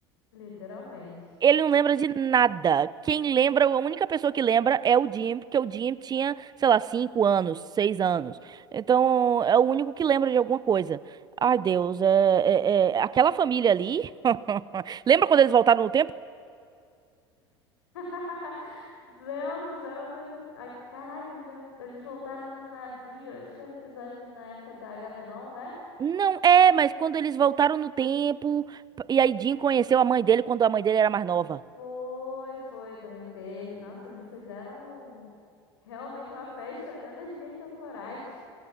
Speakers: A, on the left (about 75°); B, on the right (about 30°).
A: Literalmente.
B: Ele não lembra de nada. Quem lembra, a única pessoa que lembra é o Jim, porque o Jim tinha, sei lá, 5 anos, 6 anos. Então, é o único que lembra de alguma coisa. Ai, Deus, é, é- é- aquela família ali. <laughs> Lembra quando eles voltaram no tempo?
A: <laughs> Lembro, tiveram alguns. ep- ah, Caraca, eles, lev- eles voltaram no navio. Acho que era episódio na época da Agamenon, né?
B: Não, é, mas quando eles voltaram no tempo, e aí Jim conheceu a mãe dele quando a mãe dele era mais nova.
A: Foi, foi, também teve. Nossa, eles fizeram realmente uma festa até nas linhas temporais.